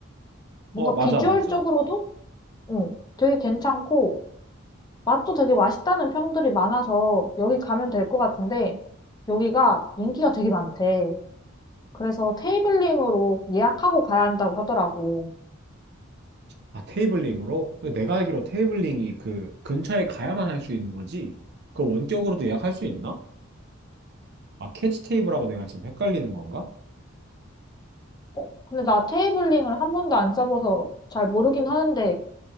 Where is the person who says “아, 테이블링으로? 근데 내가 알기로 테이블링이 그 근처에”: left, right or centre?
Right